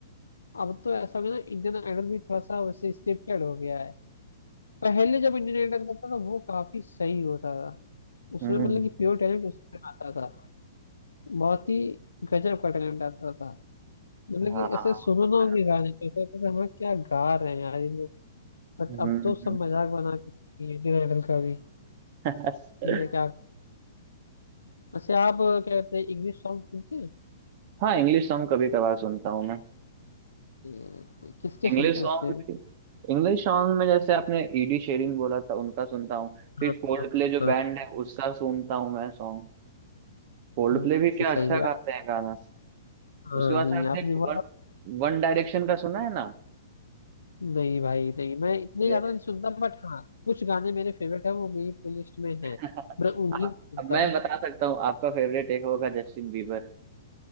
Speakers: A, on the left; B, on the right.
A: अब तो ऐसा हो गया ना इंडियन आइडल भी थोड़ा सा वैसे स्क्रिप्टेड हो गया है पहले जब इंडियन आइडल करता था तो वो काफी सही होता था उसमें
B: हम्म
A: मतलब कि प्योर टैलेंट उसमें आता था बहुत ही गजब का टैलेंट आता था मतलब
B: हाँ
A: कि
B: हाँ
A: ऐसे सुनो
B: वो तो
A: ना
B: है
A: उनके गाने पे तो ऐसा लगता था हाँ क्या गा रहे हैं यार ये लोग बट
B: हम्म
A: अब तो सब मजाक बना के इंडियन आइडल का भी
B: हम्म।
A: ठीक है क्या वैसे आप क्या कहते हैं इंग्लिश सॉन्ग सुनते हैं
B: <laughs> हाँ इंग्लिश सॉन्ग कभी कभार सुनता हूँ मैं
A: कि- किसके
B: इंग्लिश
A: सुनते
B: सॉन्ग
A: हैं वैसे
B: में इंग्लिश सॉन्ग में जैसे आपने ईडी शेरिंग बोला था उनका सुनता हूँ फिर
A: हाँ
B: कोल्ड
A: हाँ
B: प्ले जो
A: हाँ
B: बैंड है उसका सुनता हूँ मैं सॉन्ग कोल्ड
A: हाँ,
B: प्ले भी क्या
A: ये सही
B: अच्छा
A: है
B: गाते हैं गाना
A: हाँ
B: उसके बाद
A: नहीं
B: से आपने
A: आपने बोला
B: वन वन डायरेक्शन का सुना है ना
A: नहीं भाई नहीं मैं इतने
B: अरे,
A: ज्यादा नहीं सुनता बट हाँ कुछ गाने मेरे फेवरेट है वो मेरी प्लेलिस्ट में
B: <laughs>
A: है मैं उन्हीं
B: आप-
A: को सुनता
B: अब मैं
A: हूँ
B: बता सकता हूँ आपका फेवरेट एक होगा जस्टिन बीबर